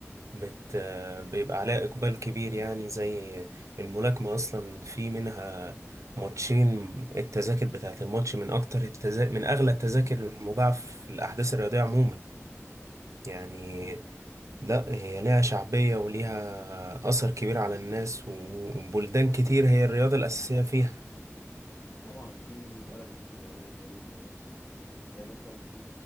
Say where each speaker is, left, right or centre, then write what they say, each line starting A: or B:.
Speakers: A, on the right; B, on the left.
A: بت... بيبقى عليها إقبال كبير يعني زي الملاكمة أصلا في منها ماتشين التذاكر بتاعت الماتش من أكتر التذا... من أغلى التذاكر المباعة في الأحداث الرياضية عموما يعني لا هي ليها شعبية وليها أثر كبير على الناس وبلدان كتير هي الرياضة الأساسية فيها
B: طبعا في بلد آه، زي آه، زي مثلا في